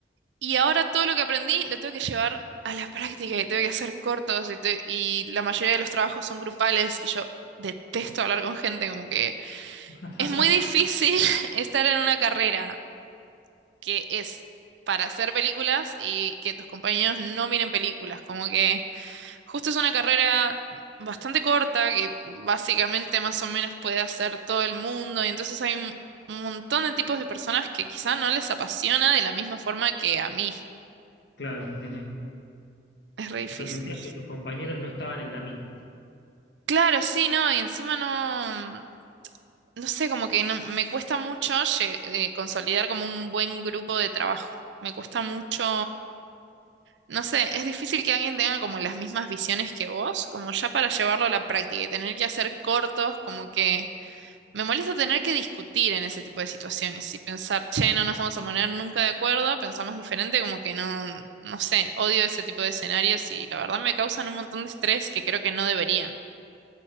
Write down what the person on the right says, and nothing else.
y ahora todo lo que aprendí lo tengo que llevar a la práctica y tengo que hacer cortos y, te- y la mayoría de los trabajos son grupales y yo detesto hablar con gente, como que
es muy difícil <laughs> estar en una carrera que es para hacer películas y que tus compañeros no miren películas. Como que justo es una carrera bastante corta que básicamente más o menos puede hacer todo el mundo y entonces hay un, un montón de tipos de personas que quizá no les apasiona de la misma forma que a mí.
Es re difícil.
Claro, sí, no, y encima no, no sé, como que no- me cuesta mucho lle- eh, consolidar como un buen grupo de trabajo. Me cuesta mucho No sé, es difícil que alguien tenga como las mismas visiones que vos, como ya para llevarlo a la práctica y tener que hacer cortos, como que me molesta tener que discutir en ese tipo de situaciones y pensar, che, no nos vamos a poner nunca de acuerdo, pensamos diferente, como que no, no sé, odio ese tipo de escenarios y la verdad me causan un montón de estrés que creo que no deberían.